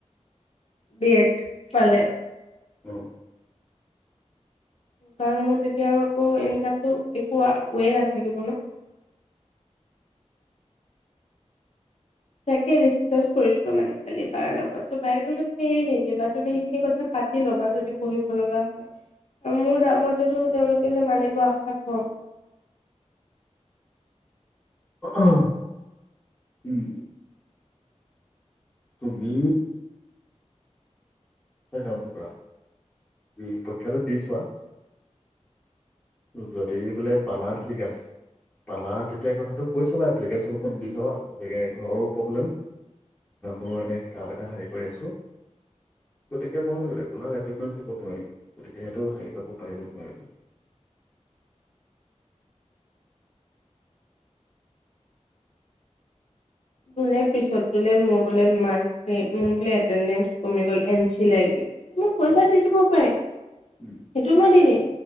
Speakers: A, on the left; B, on the left.
A: বি এত পালে
B: উম
A: কাৰণ মোৰ তেতিয়া আৰু আকৌ ইনকামটো একো ৱে নাথাকিব ন তাকে ডিচকাচ কৰিছো মানে খালি বাৰ লগত ত বায়ে কলে তুমি এ নিদিবা তুমি সেইখিনি কথা পাতি লবা যদি পঢ়িব লগা হয় আৰু মোৰ দাম মতেটো তেওঁলোকে যে মানিব আশা কম
B: আহ উম তুমি কাম কৰা পৰীক্ষাটো দি চোৱা যদি বোলে পালা ঠিক আছে পালা তেতিয়া কথাটো কৈ চাবা এপ্লিকেশ্যনখন দি চাবা এনেকে ঘৰো প্ৰব্লেম মোৰ এনে কাম এটা হেৰি কৰি আছো গতিকে মই ৰেগুলাৰ এটেডেঞ্চ দিব নোৱাৰিম গতিকে সহ হে কাপোৰ পাৰিব নোৱাৰিব
A: বলে পিছত বোল মোৰ বোলে মাৰ্কচ এটেন্দেন্স কমি গল এনচি লাগি গল মোক পইচা
B: অ
A: দি দিব পাৰে সেইটো
B: উম,
A: মই দি দেই